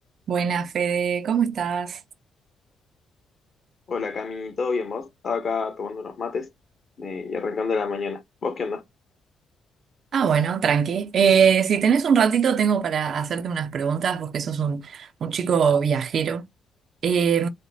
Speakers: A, on the right; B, on the left.
A: Buenas, Fede, ¿cómo estás?
B: Hola Cami, ¿todo bien vos? Estaba acá tomando unos mates eh, y arrancando la mañana. ¿Vos qué onda?
A: Ah, bueno, tranqui. Eh, si tenés un ratito, tengo para hacerte unas preguntas, vos que sos un, un chico viajero. Eh,